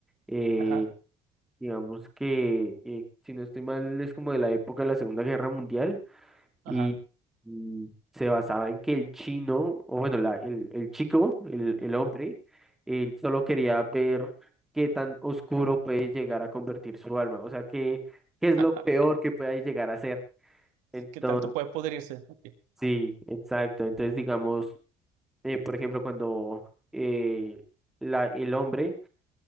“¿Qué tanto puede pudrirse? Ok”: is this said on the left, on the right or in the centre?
Right